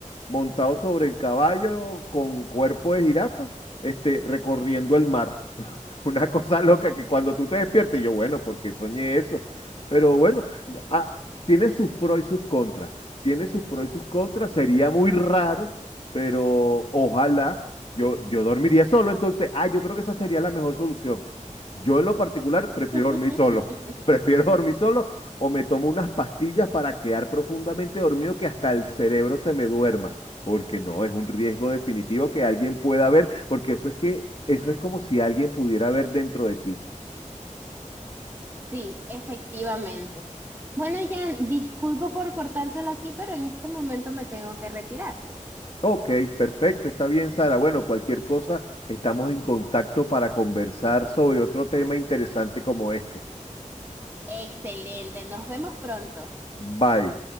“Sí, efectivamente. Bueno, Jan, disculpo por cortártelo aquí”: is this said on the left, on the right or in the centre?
Right